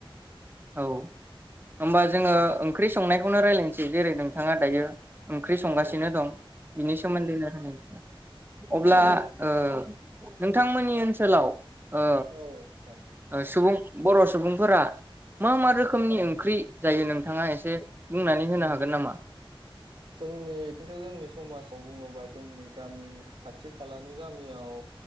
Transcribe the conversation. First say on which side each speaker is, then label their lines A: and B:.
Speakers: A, on the right; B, on the right.
A: औ होमबा जोङो ओंख्रि संनायखौनो रायलायनोसै जेरै नोंथाङा दायो ओंख्रि संगासिनो
B: औ
A: दं बिनि सोमोन्दैनो
B: औ
A: <unintelligible> अब्ला
B: औ
A: ओ नोंथांमोननि ओनसोलाव ओ
B: औ औ नोंथां
A: ओ सुबुं बर' सुबुंफोरा मा मा रोखोमनि
B: औ
A: ओंख्रि जायो नोंथाङा एसे बुंनानै होनो हागोन नामा?
B: जोंनि खिन्थु जोंनि समाज खौ बुङोबा जोंनि गामि खाथि खालानि गामियाव